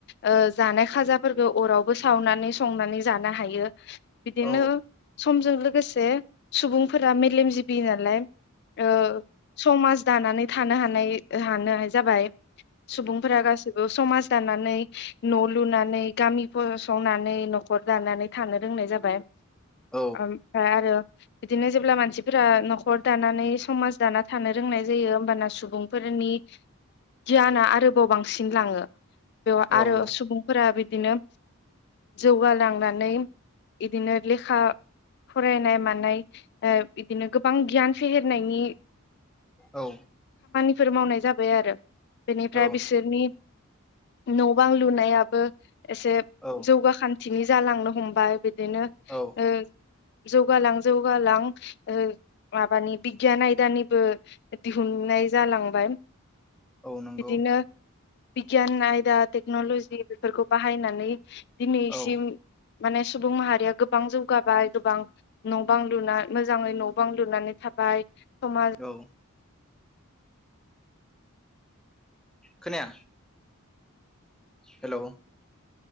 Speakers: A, on the left (about 50°); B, in the centre.
A: ओ जानाय खाजाफोरखौ अरावबो सावनानै संनानै जानो हायो बिदिनो
B: औ
A: समजों लोगोसे सुबुंफोरा मेलेमजिबि नालाय ओ समाज दानानै थानो हानाय हानो जाबाय। सुबुंफोरा गासिबो समाज दानानै न' लुनानै गामि फसंनानै न'खर दानानै थानो रोंनाय जाबाय।
B: औ
A: ओमफाय आरो बिदिनो जेब्ला मानसिफोरा न'खर दानानै समाज दाना थानो रोंनाय जायो होमबाना सुबुंफोरनि गियाना आरोबाव बांसिन लाङो। बेयाव आरो
B: औ औ
A: सुबुंफोरा बिदि बिदिनो जौगालांनानै बिदिनो लेखा फरायनाय मानाय ओ बिदिनो गोबां गियान फेहेरनायनि
B: औ
A: बेफोर मावनाय जाबाय आरो। बेनिफ्राय
B: औ
A: बिसोरनि न' बां लुनायाबो एसे
B: औ
A: जौगाखां पिकनिक जालांनो हमबाय बि बिदिनो
B: औ
A: ओ जौगालां जौगालां ओ माबानि बिगियान आयदानिबो दिहुननाय जालांबाय
B: औ नोंगौ
A: बिदिनो बिगियान आयदा टेक्न'लजि बेफोरखौ बाहायनानै दिनसिम
B: औ
A: माने सुबुं माहारिया गोबां जौगाबाय गोबां न' बां लुना मोजाङै न' बां लुनानै थाबाय समाज।
B: औ खोनाया। हेल'।